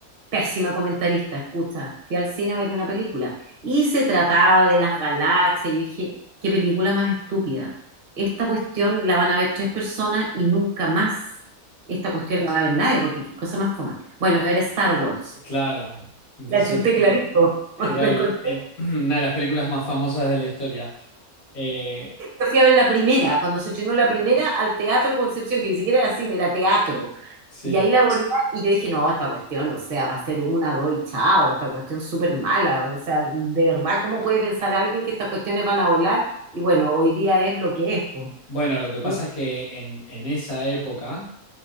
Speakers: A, on the right (about 40°); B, on the left (about 70°).
A: pésima comentarista, escucha, fui al cine a ver una película y se trataba de las galaxias. Yo dije, qué película más estúpida. Esta cuestión la van a ver tres personas y nunca más. Esta cuestión la va a ver nadie porque qué cosa más fome. Bueno, era Star Wars.
B: Claro. Entonces,
A: La chuté clarito. <laughs>
B: era,
A: Lo encontré.
B: el- el- <clears throat> una de las películas más famosas de la historia. Eh,
A: Yo Fui a ver la primera, cuando se estrenó la primera al Teatro Concepción, que ni siquiera era cine, era teatro.
B: sí.
A: Y ahí la ponían y yo dije, no, esta cuestión, o sea, va a ser una, dos y chao, esta cuestión súper mala, o sea, de verdad, ¿cómo puede pensar alguien que estas cuestiones van a volar? Y bueno, hoy día es lo que es, pues.
B: Bueno, lo que pasa
A: Un-
B: es que en, en esa época.